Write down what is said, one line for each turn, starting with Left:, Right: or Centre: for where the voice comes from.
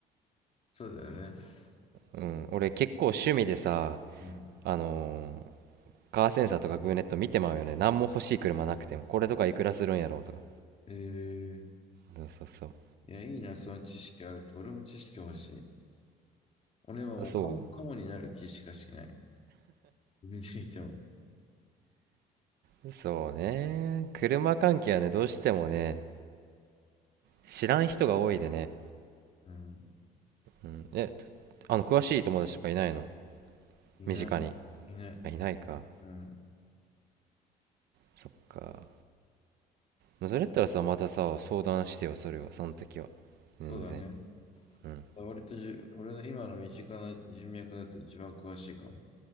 Left: そうだよね。
Right: うん、俺結構趣味でさ、
Left: うん。
Right: あのーカーセンサーとかグーネット見てまうよね。何も欲しい車なくても。これとかいくらするんやろうとか。
Left: ええ
Right: そうそうそ
Left: いや、いいな、その知識あると。俺も知識欲しい。俺はもうカモ、
Right: う。そ
Left: カモになる気しかしない。<laughs> 見ていても。
Right: うそうね。車関係はね、どうしてもね、知らん人が多いでね。
Left: うん。
Right: うん。え、あの、詳しい友達とかいないの
Left: いない。
Right: 身近に。
Left: いない。
Right: あいないか。
Left: うん。
Right: そっか。それやったらさ、またさ、相談してよ、それは。その時は。
Left: そうだね。
Right: 全然。うん。
Left: 割とじゅ、俺の今の身近な人脈だと一番詳しいかも。